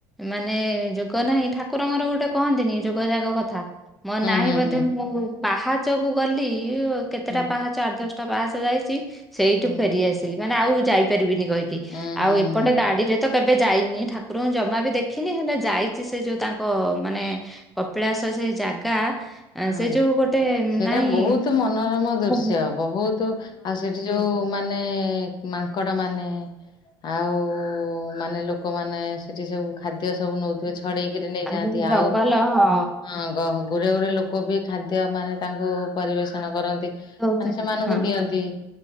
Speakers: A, in the centre; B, on the left.
A: ମାନେ-ଏ ଯଉ କ ନାହିଁ, ଠାକୁରଙ୍କର ଗୋଟେ କହନ୍ତିନି! ଯୋଗଜାଗ କଥା ମୋ ନାହିଁ,
B: ହୁଁ
A: ବୋଧେ
B: ହୁଁ
A: ମୁଁ ପାହାଚକୁ ଗଲି କେତେଟା
B: ହୁଁ
A: ପାହାଚ ଆଠ ଦଶଟା ପାହାଚ ଯାଇଛି! ସେଇଠୁ
B: ହୁଁ
A: ଫେରିଆସିଲି। ଥିଲି, ମାନେ ଆଉ ଯାଇପାରିବିନି କହିକି
B: ହୁଁ ହୁଁ
A: ଆଉ ଏପଟେ
B: ହୁଁ
A: ଗାଡିରେ ତ କେବେ ଯାଇନି? ଠାକୁରଙ୍କୁ ଜମା ବି ଦେଖିନି? ହେଲେ ଯାଇ ଛି। ସେ ଯୋଉ ତାଙ୍କ ମାନେ, କପିଳାସ ସେ ଜାଗା ଆଁ,
B: ହୁଁ,
A: ସେ ଯୋଉ ଗୋଟେ
B: ସେଇଟା
A: ନାହିଁ
B: ବହୁତ ମନୋରମ ଦୃଶ୍ୟ!
A: ହଁ
B: ବହୁତୁ ଆଉ, ସେଠି ଯୋଉଁ ମାନେ ନେ-ଏ-ଏ ମାଙ୍କଡ ମାନେ ଆଉ-ଉ-ଉ-ଉ, ମାନେ ଲୋକମାନେ ସେଠି ସବୁ ଖାଦ୍ୟ ସବୁ ନଉଥିବେ। ଛଡେଇକିରି ନେଇଯାଆନ୍ତି।
A: ଯୋଉ ଜଙ୍ଗଲ
B: ଆଉ
A: ହଁ
B: ହଁ, ଗହ ଗୁରେ ଗୁରେ ଲୋକ ବି ଖାଦ୍ୟ ମାନେ ତାଙ୍କୁ ପରିବେଷଣ କରନ୍ତି।
A: ଦଉଚି,
B: ମାନେ ସେମାନଙ୍କୁ
A: ହଁ
B: ଦିଅନ୍ତି।